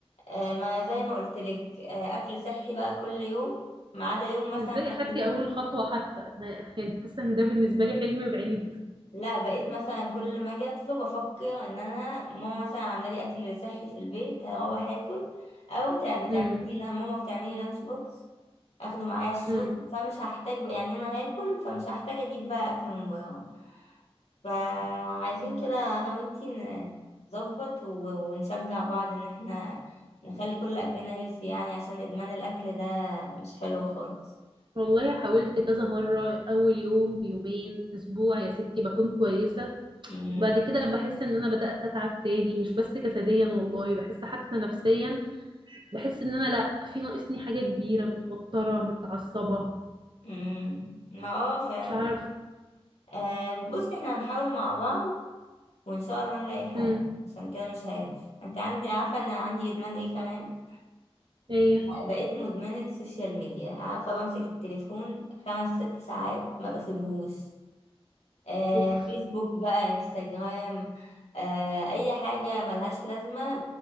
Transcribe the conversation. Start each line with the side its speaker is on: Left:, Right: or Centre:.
Left: آه ما زي ما قلت لك آه اكل صحي بقى كل يوم ما عدا يوم مثلا
Right: إزاي
Left: ناكل
Right: أخدتي أول خطوة حتى؟ أنا يعني حاسة إن ده بالنسبة لي حلم بعيد
Left: لا بقيت مثلا كل ما اجي اطلب افكر ان انا ماما مثلا عامله لي اكل صحي في البيت هروح اكل او بتاع- بتعملي
Right: امم
Left: لان ماما بتعملي لانش بوكس اخده معايا الشغل
Right: امم
Left: فمش هحتاج يعني انا هاكل فمش هحتاج اجيب بقى اكل من بره فعايزين كده انا وانتي ن- نظبط و- ونشجع بعض ان احنا نخلي كل اكلنا هيلثي يعني عشان ادمان الاكل ده مش حلو خالص
Right: والله حاولت كذا مرة أول يوم يومين أسبوع يا ستي بكون كويسة
Left: مم.
Right: بعد كده بحس إن أنا بدأت أتعب تاني مش بس جسديا والله بحس حتى نفسيا بحس إن أنا لأ في ناقصني حاجة كبيرة متوترة متعصبة
Left: مم. ما اه فعلا
Right: مش عارفة
Left: آه، بص احنا هنحاول مع بعض وان شاء الله نلاقي حل
Right: امم
Left: عشان كده مش هينفع انت عندي عارفه ان عندي ادمان ايه كمان
Right: ايه
Left: بقيت مدمنه السوشيال ميديا عارفه بمسك التليفون خمس ست ساعات ما بسيبهوش آه،
Right: اوف
Left: فيسبوك بقى انستجرام آه، اي حاجة ملهاش لازمة